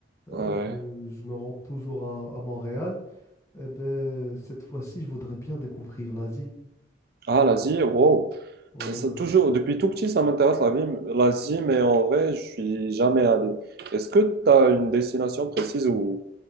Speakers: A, on the left; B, on the right.
A: euh,
B: Ouais.
A: euh, je me rends toujours à, à Montréal. Eh ben, cette fois-ci, je voudrais bien découvrir l'Asie.
B: Ah, l'Asie, wow.
A: Ouais,
B: Ça,
A: ouais.
B: toujours, depuis tout petit, ça m'intéresse la vie, l'Asie, mais en vrai, je suis jamais allé. Est-ce que tu as une destination précise ou,